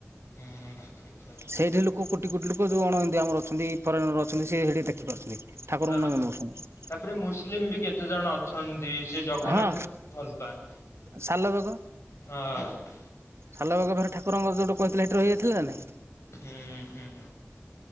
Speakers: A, on the left (about 85°); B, on the right (about 70°).
A: ହୁଁ ଠିକ କଥା।
B: ସେଇଠି ଲୋକ କୋଟି କୋଟି ଲୋ ଯୋଉ ଅଣ ହିନ୍ଦୁ ଆମର ଅଛନ୍ତି ଫରେନର ଅଛନ୍ତି ସେଠି ଦେଖିପାରୁଛନ୍ତି ଠାକୁରଙ୍କୁ
A: ହଁ
B: ନ ମନଉଛନ୍ତି।
A: ତାପରେ ମୁସଲିମ ବି କେତେ ଜଣ ଅ ଅଛନ୍ତି ସେ ଜଗନ୍ନାଥଙ୍କୁ
B: ହଁ
A: ବି ଭଲ ପାଆନ୍ତି
B: ସାଲବେଗ
A: ହଁ।
B: ସାଲ ବେଗ ଫେରେ ଠାକୁର ଯେଉଁଠୁ କହିଥିଲା ହେଟି ରହିଁଯାଇଥିଲା ନା ନାଇଁ?
A: ହୁଁ ହୁଁ।